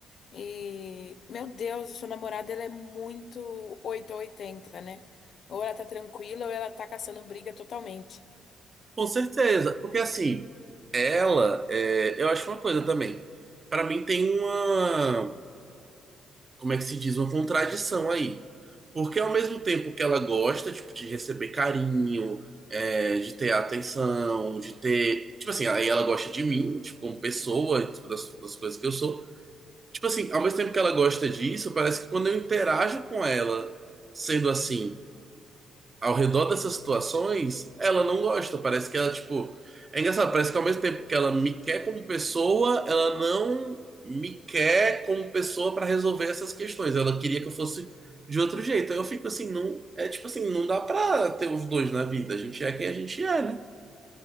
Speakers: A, on the left; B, on the right.
A: E meu Deus, a sua namorada ela é muito 8 ou 80, né? Ou ela tá tranquila ou ela tá caçando briga totalmente.
B: Com certeza, porque assim, ela, é, eu acho uma coisa também. Pra mim tem uma, como é que se diz, uma contradição aí. Porque ao mesmo tempo que ela gosta, tipo, de receber carinho, é, de ter atenção, de ter, tipo assim, aí ela gosta de mim, tipo, como pessoa, tipo, das, das coisas que eu sou. Tipo assim, ao mesmo tempo que ela gosta disso, parece que quando eu interajo com ela sendo assim ao redor dessas situações, ela não gosta. Parece que ela, tipo. É engraçado, parece que ao mesmo tempo que ela me quer como pessoa, ela não me quer como pessoa para resolver essas questões. Ela queria que eu fosse de outro jeito. Aí eu fico assim, não. É tipo assim, não dá pra ter os dois na vida. A gente é quem a gente é, né?